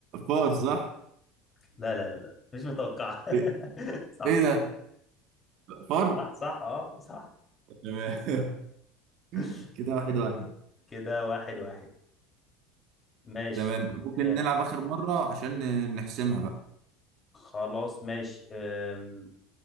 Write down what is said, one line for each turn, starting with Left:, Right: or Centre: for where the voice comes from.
Right: فار صح؟
Left: لا لا لا لا مش متوقعة <laughs>
Right: ايه
Left: صح
Right: إيه ده؟ فار؟
Left: صح صح اه صح
Right: تمام <laughs>
Left: <laughs>
Right: كده واحد واحد
Left: كده واحد واحد ماشي
Right: تمام ممكن
Left: آه،
Right: نلعب آخر مرة عشان نحسمها بقى
Left: خلاص ماشي آم،